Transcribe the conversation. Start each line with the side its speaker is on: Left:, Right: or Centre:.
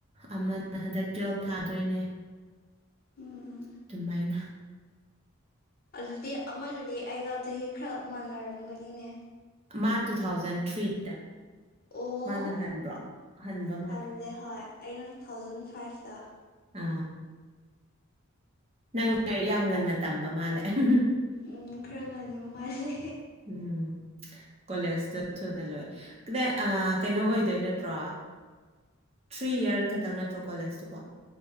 Right: ꯑꯃꯅ ꯍꯟꯗꯛ ꯇꯨꯋꯜꯐ ꯊꯥꯗꯣꯏꯅꯦ
Left: ꯎꯝ
Right: ꯑꯗꯨꯃꯥꯏꯅ
Left: ꯑꯗꯨꯗꯤ ꯑꯃꯗꯨꯗꯤ ꯑꯩꯍ ꯆꯍꯤ ꯈꯔ ꯃꯅꯔꯝꯒꯅꯤꯅꯦ
Right: ꯃꯥ ꯇꯨꯊꯥꯎꯖꯟ ꯊ꯭ꯔꯤꯗ
Left: ꯑꯣ
Right: ꯃꯥꯅ ꯍꯟꯕ꯭ꯔꯣ ꯍꯟꯕ ꯃꯥꯜꯂꯦ
Left: ꯍꯜꯂꯦ ꯍꯣꯏ ꯑꯩꯅ ꯇꯨ ꯊꯥꯎꯖꯟ ꯐꯥꯏꯚꯇ
Right: ꯑ ꯅꯪ ꯂꯥꯏꯤꯛ ꯌꯥꯝ ꯉꯟꯅ ꯇꯝꯕ ꯃꯥꯂꯦ ꯑꯍꯝꯎꯝ
Left: ꯎꯝ ꯈꯔ ꯉꯟꯕ ꯃꯥꯜꯂꯦ
Right: ꯎꯝ ꯀꯣꯂꯦꯖꯇ ꯊꯨꯅ ꯂꯣꯏ ꯀꯗꯥꯏ ꯑ ꯀꯩꯅꯣ ꯑꯣꯏꯗꯣꯏ ꯅꯠꯇ꯭ꯔꯣ ꯊ꯭ꯔꯤ ꯏꯌꯔ ꯈꯇꯪ ꯅꯠꯇ꯭ꯔꯣ ꯀꯣꯂꯦꯖꯇꯨꯕꯣ